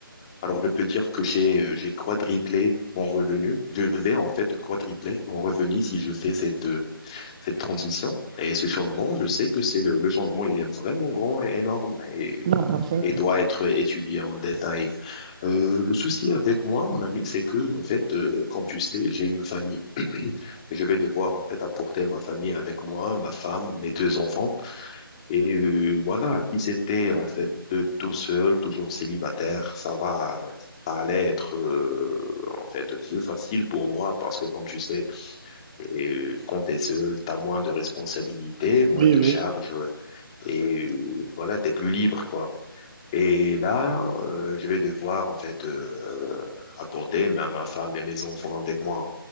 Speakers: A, on the left (about 15°); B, on the right (about 15°).
A: Alors, je peux dire que j'ai euh, j'ai quadruplé mon revenu. Je vais en fait quadrupler mon revenu si je fais cette, euh, cette transition et ce changement, je sais que c'est le, le changement, il est vraiment grand et énorme et,
B: Non, parfait.
A: et doit être étudié en détail. Euh, le souci avec moi, mon ami, c'est que, en fait, euh, comme tu sais, j'ai une famille. Je vais devoir, en fait, apporter ma famille avec moi, ma femme, mes deux enfants. Et euh, voilà, si c'était, en fait, euh, tout seul, toujours célibataire, ça va, ça allait être, euh, en fait, plus facile pour moi parce que, comme tu sais, et euh, quand t'es seul, t'as moins de responsabilités, moins
B: Oui,
A: de
B: oui.
A: charges et euh, voilà, t'es plus libre, quoi. Et là, euh, je vais devoir en fait euh, apporter ma, ma femme et mes enfants avec moi.